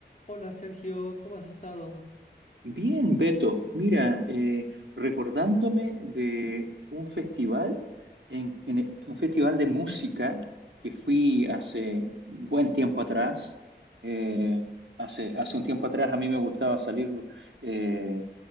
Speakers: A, on the left; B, on the right.
A: Hola Sergio, ¿cómo has estado?
B: Bien, Beto, mira, eh, recordándome de un festival, en, en- e- un festival de música que fui hace un buen tiempo atrás. eh, hace, hace un tiempo atrás a mí me gustaba salir, eh,